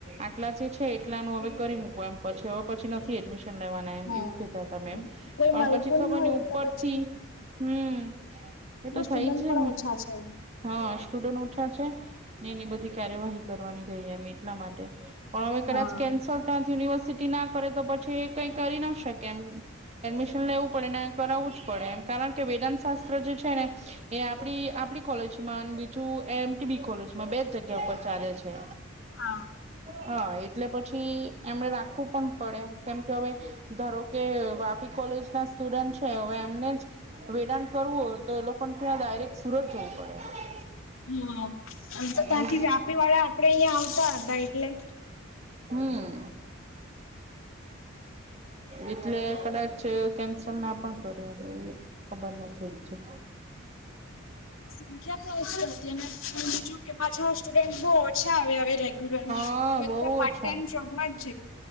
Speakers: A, on the right (about 30°); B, on the left (about 80°).
A: આટલા જે છે એટલાનું હવે કરી મૂકો એમ પછી હવે પછી. નથી એડમિશન લેવાના એમ
B: હા
A: એવું કેતા હતા એમ,
B: કોઈ
A: પણ
B: મળતું
A: પછી ખબર
B: હોય
A: ન ઉપરથી
B: એટલે પછી
A: હમ એતો
B: સ્ટુડન્ટ
A: થાય જ. છે
B: પણ ઓછા છે.
A: હા સ્ટુડન્ટ ઓછા છે, ને એની બધી કાર્યવાહી કરવાની થઈ એમ એટલા માટે. પણ હવે
B: હા
A: કદાચ કેન્સલ ત્યાં યુનિવર્સિટી ના કરે તો પછી એ કઈ કરી ના શકે એમ. એડમિશન લેવું પડે ને કરાવવું જ પડે એમ કારણ કે વેદાંત શાસ્ત્ર જે છે ને. એ આપડી આપડી કોલેજમાં અને બીજું એ એમ ટી બી કોલેજમાં બે જ જગ્યા ઉપર ચાલે છે.
B: હા હા
A: હા એટલે પછી એમને રાખવું પણ પડે. કેમ કે અવે ધારો કે વાપી કોલેજ ના સ્ટુડન્ટ છે હવે એમને જ, વેદાન કરવું હોય તો એ લોકો રેક સુરત જવું પડે.
B: હા અ તો ત્યાંથી
A: એમ
B: વ્યાપી વાળા આપડે અહિયાયા આવતા હતા એટલે.
A: હમ. એટલે કદાચ કેન્સ તલના પણ કર્યો એવી ખબર નથી.
B: સંખ્યા તો ઓછી હતી અને બીજું કે પાછા સ્ટુડન્ટ બઉ ઓછા આવે હવે રેગ્યુલર માં.
A: હા બહુ જ.
B: ટેમ જોબમાં જ